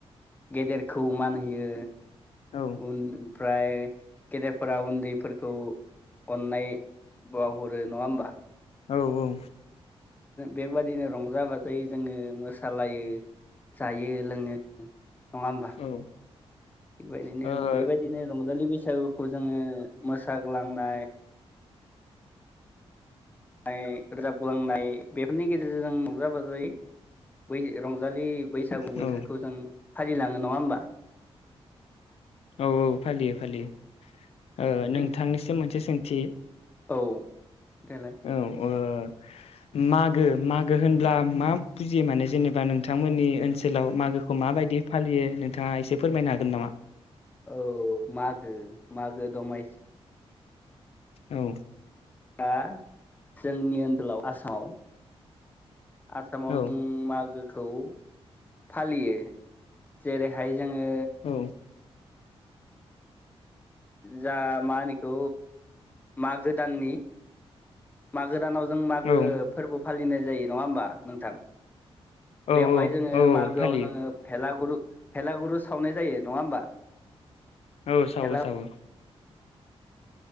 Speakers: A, on the left; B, on the left.
A: गेदेरखौ मान होयो
B: औ
A: उन ओमफ्राय गेदेरफोरा उन्दैफोरखौ अननाय बाव हरो नङा होमबा?
B: औ औ।
A: बेबायदिनो रंजा बाजायै जोङो मोसालायो जायो लोङो नङा होमबा थिगबायदिनो
B: ओ औ
A: बेबायदिनो रंजालि बैसा बैसागुखौ जोङो मोसाग्लांनाय नाय रोजाबलांनाय बेफोरनि गेजेरजों जों रंजा बाजायै बै रंजालि बैसागु बोथोरखौ
B: औ
A: जों फालिलाङो नङा होमबा?
B: औ औ फालियो फालियो। ओ
A: थिग
B: नोंथांनिसिम मोनसे सों थि
A: औ देलाय
B: औ अ आ आ मागो मागो होनब्ला मा बुजियो माने जेनेबा नोंथांमोननि ओनसोलाव मागोखौ माबायदि फालियो नोंथाङा एसे फोरमायनो हागोन नामा?
A: औ मागो मागो दमायसि
B: औ
A: दा जोंनि ओनदोलाव आसामाव आसामाव
B: औ
A: जों मागो खौ फालियो जेरैहाय जोङो
B: औ
A: जा मा होनोखौ मागो दाननि मा गोदानाव जों मागो
B: औ
A: फोरबो फालि नाय जायो नङा होमबा नोंथां?
B: औ
A: बेवहाय
B: औ
A: जोङो
B: औ
A: मागोआव
B: फालियो
A: जोङो भेला गुरु भेलागुरु सावनाय जायो नङा होमबा?
B: औ सावो
A: भेला
B: सावो।